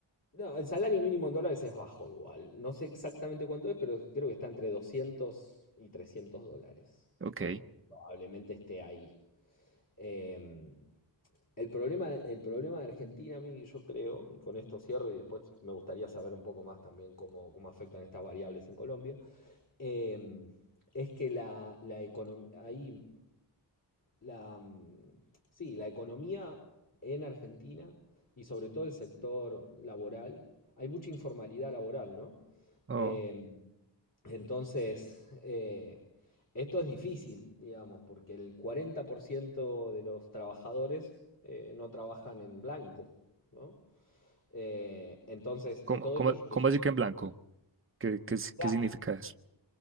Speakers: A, on the left; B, on the right.
A: No, el salario mínimo en dólares es bajo igual. No sé exactamente cuánto es, pero creo que está entre 200 y 300 dólares.
B: Ok.
A: Probablemente esté ahí. Em, El problema, el problema de Argentina, a mí yo creo, y con esto cierro y después me gustaría saber un poco más también cómo, cómo afectan estas variables en Colombia, eh, es que la, la economía, ahí, la, mm, sí, la economía en Argentina y sobre todo el sector laboral, hay mucha informalidad laboral, ¿no?
B: Oh.
A: Eh, entonces, eh, esto es difícil, digamos, porque el 40% de los trabajadores eh, no trabajan en blanco, ¿no? Eh, entonces,
B: ¿Cómo,
A: eh, todo
B: cómo,
A: esto yo- que
B: cómo
A: yo...
B: decir que en blanco? ¿Qué, qué, es-
A: Claro,
B: qué significa eso?